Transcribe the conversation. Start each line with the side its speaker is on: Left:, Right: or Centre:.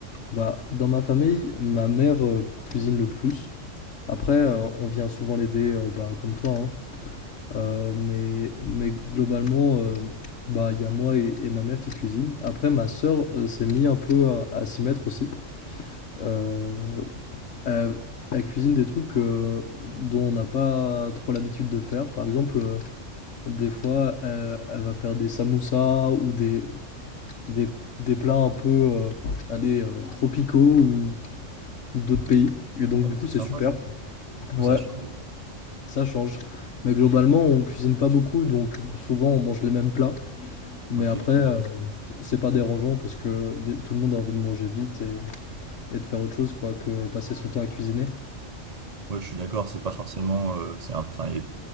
Left: bah dans ma famille, ma mère euh, cuisine le plus. Après,
Right: Mhm.
Left: euh, on vient souvent l'aider euh, bah, comme toi, hein. Euh, mais, mais globalement, euh, bah il y a moi et, et ma mère qui cuisinent. Après, ma sœur euh, s'est mis un peu à, à s'y mettre aussi. Euh, Elle, elle cuisine des trucs euh, dont on n'a pas trop l'habitude de faire. Par exemple, euh, des fois, elle, elle va faire des samoussas ou des, des, des plats un peu euh, allez, euh, tropicaux ou, ou d'autres pays. Et donc,
Right: Oh,
Left: du
Right: mais
Left: coup,
Right: c'est
Left: c'est
Right: sympa
Left: super.
Right: ça. Du coup,
Left: Ouais,
Right: ça change.
Left: ça change. Mais globalement, on cuisine pas beaucoup, donc euh, souvent, on mange les mêmes plats. Mais
Right: Ok.
Left: après, euh, c'est pas dérangeant parce que des- tout le monde a envie de manger vite et, et de faire autre chose, quoi, que passer son temps à cuisiner.
Right: Ouais, je suis d'accord, c'est pas forcément, euh, c'est un- enfin, il y a